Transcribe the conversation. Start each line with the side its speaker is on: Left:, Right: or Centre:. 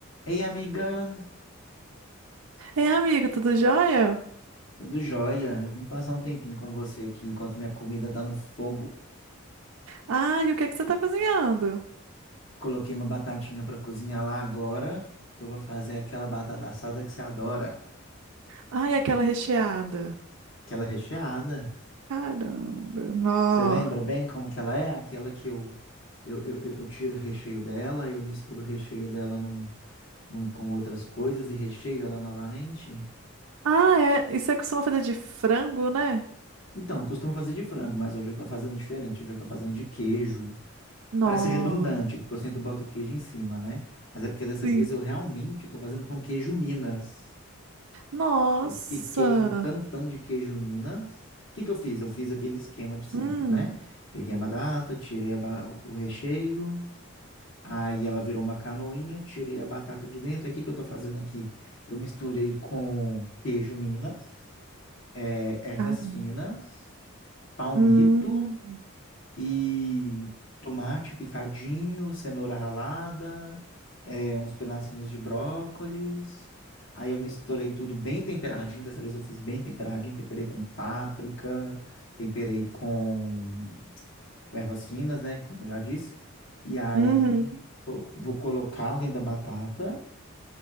Left: Ei, amiga,
Right: Ei, amigo, tudo jóia?
Left: tudo jóia? Eu Vim passar um tempinho com você aqui enquanto minha comida tá no fogo.
Right: Ai, o que é que você tá cozinhando?
Left: Coloquei uma batatinha pra cozinhar lá agora, que eu vou fazer aquela batata assada que você adora,
Right: Ai, aquela recheada.
Left: aquela recheada.
Right: Caramba, nó.
Left: Você lembra bem como que ela é? Aquela que eu eu, eu, eu eu tiro o recheio dela, eu misturo o recheio dela num, num- com outras coisas e recheio ela novamente.
Right: Ah, é. Isso você costuma fazer de frango, né?
Left: Então, eu costumo fazer de frango, mas hoje eu tô fazendo diferente. Hoje eu tô fazendo de queijo.
Right: Nó.
Left: Parece redundante, porque eu sempre boto queijo em cima, né? Mas é porque dessa
Right: Sim.
Left: vez eu realmente estou fazendo com queijo Minas.
Right: Nossa.
Left: Eu piquei um tantão de queijo Minas. O que que eu fiz? Eu fiz aquele esquema de sempre,
Right: Hum.
Left: né? Peguei a batata, tirei a ba- o recheio, aí ela virou uma canoinha, tirei a batata de dentro. Aí o que que eu estou fazendo aqui? Eu misturei com queijo Minas, eh, ervas
Right: Caramba.
Left: finas, palmito
Right: Hum.
Left: E tomate picadinho, cenoura ralada, é, uns pedacinhos de brócolis. Aí eu misturei tudo bem temperadinho. Dessa vez eu fiz bem temperadinho. Temperei com páprica, temperei com, com ervas finas, né? Como eu já disse. E aí
Right: Uhum.
Left: co- vou colocar dentro da batata